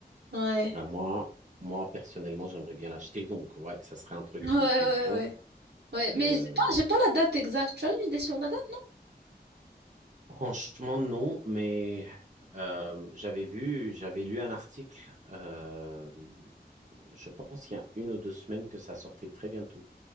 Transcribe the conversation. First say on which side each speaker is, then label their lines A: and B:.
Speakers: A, on the right (about 85°); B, on the right (about 45°).
A: Ouais.
B: Bah, moi, moi personnellement, j'aimerais bien l'acheter. Donc ouais, ça serait un truc
A: Ouais, ouais,
B: qui, qui tente.
A: ouais. Ouais, mais
B: euh,
A: j'ai pas, j'ai pas la date exacte. Tu as une idée sur la date?
B: Franchement, non, mais euh, j'avais vu, j'avais lu un article, euh, je pense qu'il y a une ou deux semaines que ça sortait très bientôt.